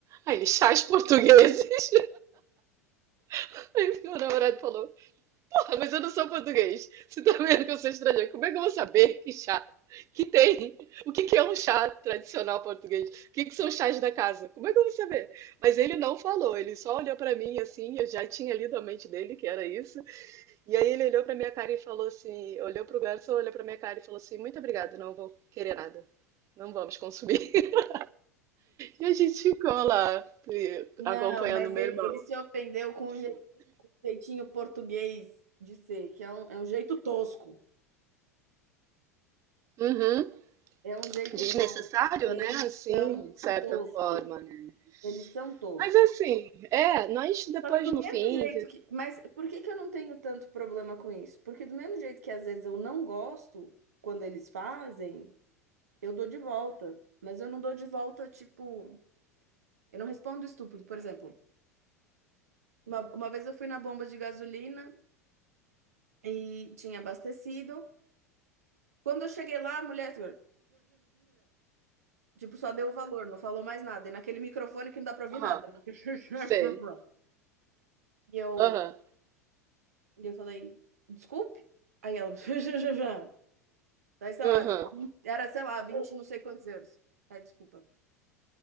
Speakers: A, on the right; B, on the right.
A: Aí ele, chás portugueses. <laughs> Aí meu namorado falou, ah, Mas eu não sou português. Você tá vendo que eu sou estrangeiro. Como é que eu vou saber que chá que tem? O que que é um chá tradicional português? O que que são os chás da casa? Como é que eu vou saber? Mas ele não falou, ele só olhou pra mim assim, eu já tinha lido a mente dele que era isso. E aí ele olhou pra minha cara e falou assim, olhou pro garçom, olhou pra minha cara e falou assim: "Muito obrigado, não vou querer nada. Não vamos consumir". <laughs> E a gente ficou lá e-
B: não,
A: acompanhando
B: mas
A: meu
B: ele,
A: irmão.
B: ele se ofendeu com o jeito. jeitinho português de ser, que é um, é um jeito tosco.
A: Uhum.
B: É um jeito
A: Desnecessário,
B: tosco. Eles
A: né? Assim,
B: são
A: de certa
B: toscos.
A: forma, né?
B: Eles são toscos.
A: Mas assim, é, nós depois
B: Só que do
A: no
B: mesmo
A: fim.
B: jeito
A: de-
B: que. Mas por que que eu não tenho tanto problema com isso? Porque do mesmo jeito que às vezes eu não gosto quando eles fazem, eu dou de volta. Mas eu não dou de volta, tipo. Eu não respondo estúpido. Por exemplo, uma, uma vez eu fui na bomba de gasolina e tinha abastecido. Quando eu cheguei lá, a mulher. Tipo, só deu o valor, não falou mais nada. E naquele microfone que não dá pra ouvir
A: Aham,
B: nada. <laughs>
A: sei.
B: E eu,
A: Aham,
B: e eu falei, desculpe? Aí ela, <laughs> daí sei
A: aham,
B: lá, tipo, era, sei lá, 20 não sei quantos euros. Ai, desculpa.